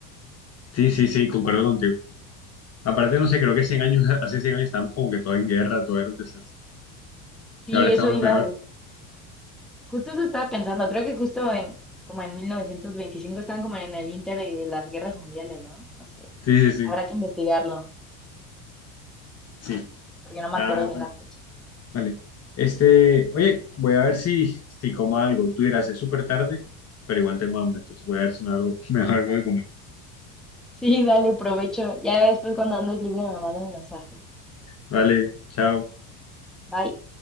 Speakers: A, on the left; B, in the centre.
A: Sí, sí, sí, concuerdo contigo. Aparte, no sé, creo que 100 años, <laughs> hace 100 años estábamos como que todo en guerra, todo era un desastre.
B: Sí,
A: Ahora estamos
B: eso iba
A: mejor.
B: a Justo eso estaba pensando, creo que justo en, como en 1925 estaban como en el inter de las guerras mundiales, ¿no? No sé,
A: Sí, sí, sí.
B: habrá que investigarlo,
A: Sí.
B: porque no me
A: Ah,
B: acuerdo bien
A: bueno.
B: la fecha.
A: Vale. Este, oye, voy a ver si, si como algo. Tú dirás, es súper tarde, pero igual tengo hambre, entonces voy a ver si me hago, <laughs> me hago algo de comer.
B: Sí, dale, provecho. Ya después cuando andes libre me mandas un mensaje.
A: Vale, chao.
B: Bye.